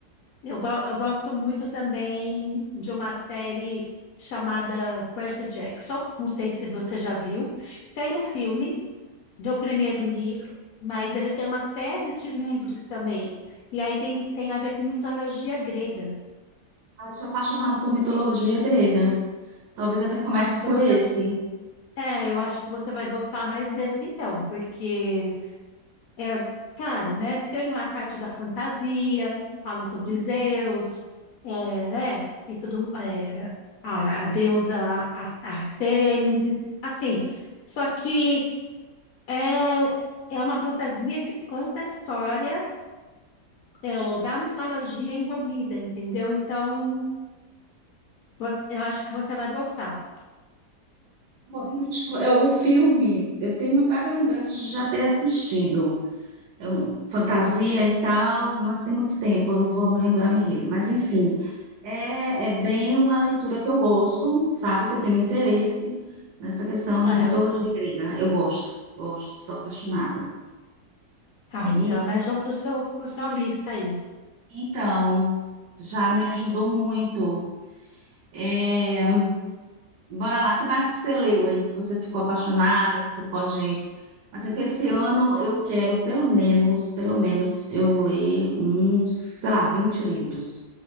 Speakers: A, on the left (about 65°); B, on the right (about 80°).
A: eu, go- eu gosto muito também de uma série chamada Percy Jackson. Não sei se você já viu. Tem o filme, do primeiro livro, mas ele tem uma série de livros também. E aí tem, tem a ver com mitologia grega.
B: Ah, eu sou apaixonada por mitologia grega. Talvez até comece
A: Ah, então
B: por
A: você.
B: esse.
A: É, eu acho que você vai gostar mais desse então, porque é claro, né? Tem lá a parte da fantasia, fala sobre
B: Entendi.
A: Zeus, é, né? E tudo, é, a, a deusa a- Artemis, assim. Só que é, é uma fantasia que conta a história é, ou da mitologia envolvida, entendeu? Então, você- eu acho que você vai gostar.
B: Bom, eu acho que, é, O filme, eu tenho uma vaga lembrança de já ter assistido. eu- fantasia e tal, mas tem muito tempo, eu não vou me lembrar o enredo. Mas, enfim, é, é bem uma leitura que eu gosto, sabe? Que eu tenho interesse nessa questão de
A: Aham.
B: mitologia grega. Eu gosto, gosto, sou apaixonada.
A: Tá, então,
B: E,
A: mas vamos para o seu, pro sua lista aí.
B: então, já me ajudou muito. É, bora lá, que mais que você leu aí, que você ficou apaixonada, que você pode... Assim, que esse ano eu quero, pelo menos, pelo menos, eu ler uns, sei lá, 20 livros.